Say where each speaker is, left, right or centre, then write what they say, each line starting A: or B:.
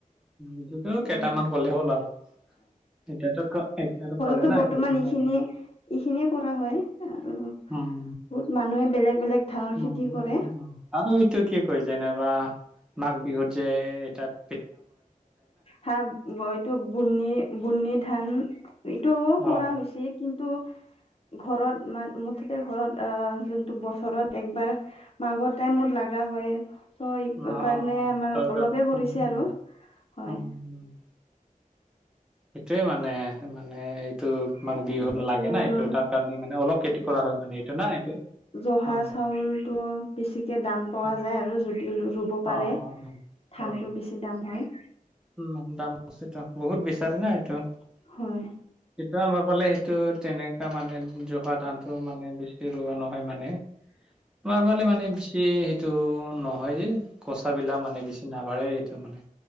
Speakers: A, in the centre; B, on the left (about 40°).
A: এইটো কেইটামান
B: উম
A: ক'লে হ'ল আৰু এতিয়াতো এতিয়া কলে
B: এতিয়াতো
A: না
B: বৰ্তমান
A: এইটোৱে
B: এইখিনিয়ে
A: অ।
B: এইখিনিয়ে কৰা হয়। আৰু
A: উম
B: বহুত মানুহে বেলেগ বেলেগ ধানৰ
A: উম
B: খেতি
A: উম
B: কৰে।
A: উম আৰু এইটো কি কয় যেনেবা মাঘ বিহুত যে এতাত
B: হা এইটো বুনি বুনি ধান এইটো
A: অ অ
B: কৰা হৈছে কিন্তু, ঘৰত ম মুঠতে ঘৰত আহ যোনটো বছৰত একবাৰ মাঘৰ টাইমত লগা হয় ত' সেইকাৰণে
A: অ অ অ
B: আমাৰ
A: দৰকাৰ
B: অলপে কৰিছে
A: উম উম
B: আৰু। হয়
A: উম। এইটোয়ে মানে, মানে ত' মাঘ
B: হয়
A: বিহুত
B: এতিয়াতো
A: লাগে না
B: আৰু
A: এইটো তাৰ কাৰণে মানে অলপ খেতি কৰা হয় মানে এইটো না এইটো।
B: জহা
A: অ
B: চাউলটো বেছিকে দাম পোৱা
A: অ
B: যায় আৰু যদি ৰু ব পাৰে,
A: অ অ অ
B: ধানটো
A: অ
B: বেছি দাম হয়।
A: উম দাম বেছি বহুত বিচাৰে না এইটো। সেইটো
B: হয়
A: আমাৰ ফালে সেইটো তেনেকা মানে জহা ধানটো মানে বেছি ৰোৱা নহয় মানে। আমাৰ ফালে মানে বেছি সেইটো নহয় যে। কচাবিলাক মানে বেছি নাবাঢ়েই সেইটো।